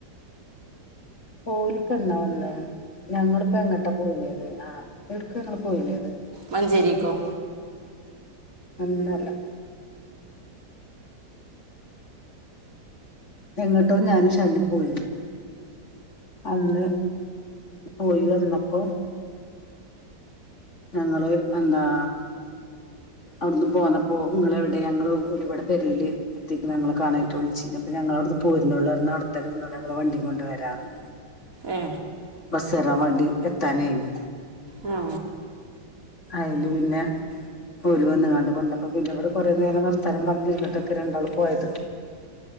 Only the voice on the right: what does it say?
മഞ്ചരിക്കോ
ഏ
മ്മ്